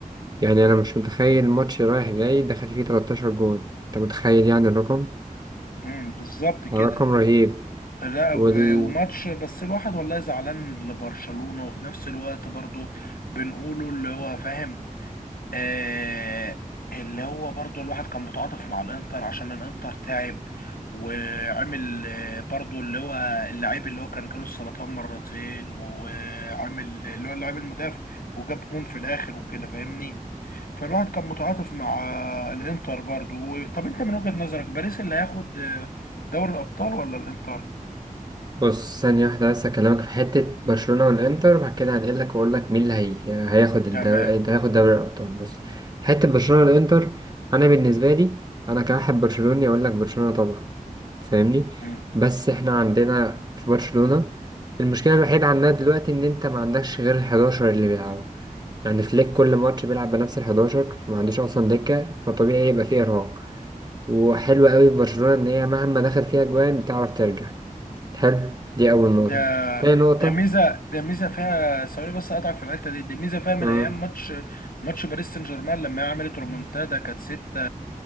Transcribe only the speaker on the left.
امم بالظبط كده
لا
ب- وماتش بس الواحد والله زعلان لبرشلونة وفي نفس الوقت برضه بنقوله اللي هو فاهم آه اللي هو برضو الواحد كان متعاطف مع الانتر عشان الانتر تعب وعمل آه، برضو اللي هو اللعيب اللي هو كان جاله السرطان مرتين وعامل اللي هو اللاعب المدافع وجاب جون في الاخر وكده فاهمني فالواحد كان متعاطف مع آه، الانتر برضو طب انت من وجهة نظرك باريس اللي هياخد آه، دوري الابطال ولا الانتر
تمام
مم.
ده
ده ميزه ده ميزه فيها ثواني بس اقطعك في الحته دي ده ميزه فيها من
ايام ماتش ماتش باريس سان جيرمان لما هي عملت رومونتادا كانت ستة